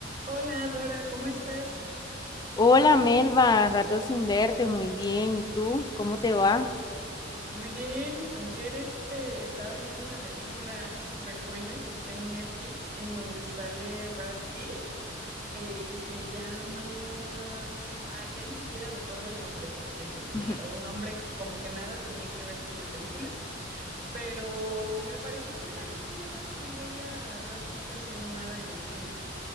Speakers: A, on the right (about 50°); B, on the left (about 20°).
A: Hola Dora, ¿cómo estás?
B: Hola Melba, rato sin verte, muy bien. ¿Y tú? ¿Cómo te va?
A: Muy bien. Ayer este, estaba viendo una película súper buena que está en Netflix, en donde sale Brad Pitt. Eh, se llama... Ah, ya ni siquiera recuerdo el nombre porque era
B: <laughs>
A: un nombre que como que nada tenía que ver con la película, pero me pareció buena. Ya tenía rato que no veía a Brad Pitt haciendo nada en el cine.